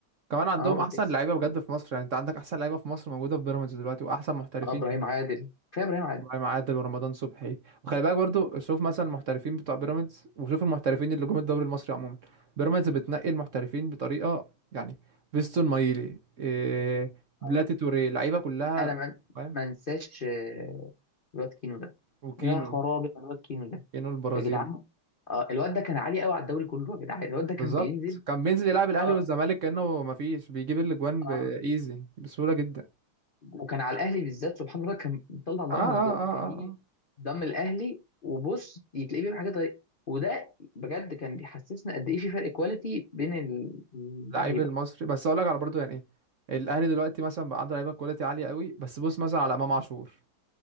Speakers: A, on the right; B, on the left.
A: كمان عندهم
B: اه وبتكسب
A: احسن لعيبة بجد في مصر يعني انت عندك احسن لعيبة في مصر موجودة في بيراميدز دلوقتي واحسن محترفين
B: اه ابراهيم عادل كفايه ابراهيم عادل
A: ابراهيم عادل ورمضان صبحي وخلي بالك برضو شوف مثلا المحترفين بتوع بيراميدز وشوف المحترفين اللي جم الدوري المصري عموما بيراميدز بتنقي المحترفين بطريقه يعني فيستون مايلي إيه بلاتي
B: اه
A: توريه لعيبه كلها
B: انا ما
A: فاهم
B: ما انساش آه، الواد كينو ده
A: وكينو
B: يا خرابي على الواد كينو ده
A: كينو البرازيلي
B: يا جدعان اه الواد ده كان عالي قوي على الدوري كله يا جدعان الواد ده كان
A: بالظبط
B: بينزل
A: كان بينزل يلعب الاهلي
B: اه
A: والزمالك كانه ما فيش بيجيب الاجوان بايزي
B: اه
A: بسهوله جدا
B: وكان على الاهلي بالذات سبحان الله كان بيطلع نار
A: اه اه
B: من بقه
A: اه
B: كان
A: اه
B: يجي
A: آه.
B: قدام الاهلي وبص يتلاقيه بيعمل حاجات غريبه وده بجد كان بيحسسنا قد ايه في فرق كواليتي بين اللعيبه
A: لعيب المصري بس اقول لك على برضو يعني ايه الاهلي دلوقتي مثلا بقى عنده لعيبه كواليتي عاليه قوي بس بص مثلا على
B: آه، طبعاں.
A: امام عاشور